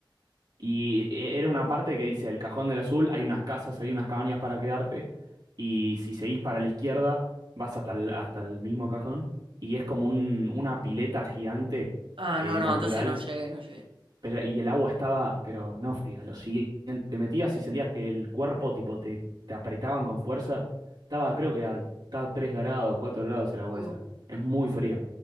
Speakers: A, on the right; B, on the right.
A: Y e- era una parte que dice, el Cajón del Azul, hay unas casas, hay unas cabañas para quedarte, y si seguís para la izquierda, vas hasta el, hasta el mismo cajón, y es como un, una pileta gigante
B: Ah,
A: eh,
B: no, no,
A: natural
B: entonces no llegué, no llegué.
A: pero, y el agua estaba, pero no fría. Lo siguiente, te metías y sentías que el cuerpo, tipo, te, te apretaban con fuerza. Estaba, creo que a, estaba 3 grados, 4 grados el agua
B: Mm.
A: esa. Es muy fría.